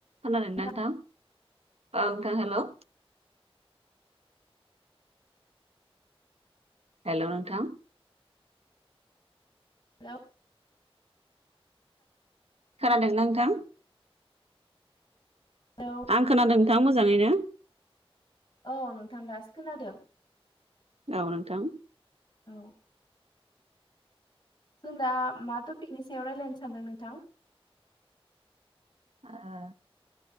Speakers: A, on the right; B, on the left.
A: खोनादों ना
B: हेलौ
A: नोंथां औ <unintelligible> हेल' नोंथां
B: हेल'
A: खोनादोंना नोंथां?
B: हेल'
A: आं खोनादों नोंथां मोजाङैनो
B: औ नोंथां दासो खोनादों
A: औ नोंथां
B: औ जों दा मा टपिकनि सायाव रायज्लायनो सानदों नोंथां?
A: ओ